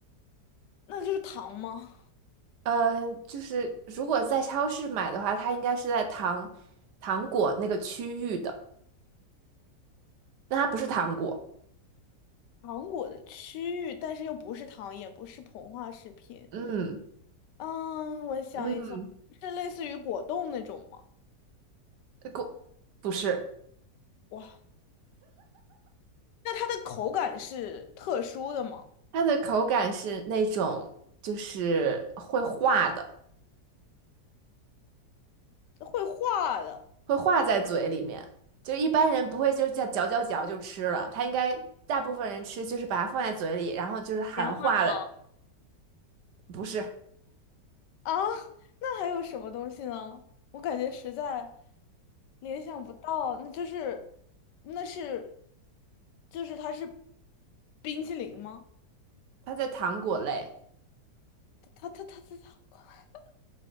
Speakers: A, on the left; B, on the right.
A: 那就是糖吗？
B: 嗯、就是如果在超市买的话，它应该是在糖糖果那个区域的，但它不是糖果。
A: 糖果的区域，但是又不是糖，也不是膨化食品。
B: 嗯
A: 嗯，我想一想，
B: 嗯，
A: 是类似于果冻那种吗？
B: 呃果不是，
A: 哇，那它的口感是特殊的吗？
B: 它的口感是那种就是会化的，
A: 会化的
B: 会化在嘴里面，就一般人不会就这样嚼嚼嚼就吃了，它应该大部分人吃就是把它放在嘴里，然后就是含化了，
A: 棉花糖。
B: 不是，
A: 啊，那还有什么东西呢？我感觉实在联想不到，那就是，那是，就是它是冰淇淋吗？
B: 它在糖果类。
A: 它它它它它，<laughs>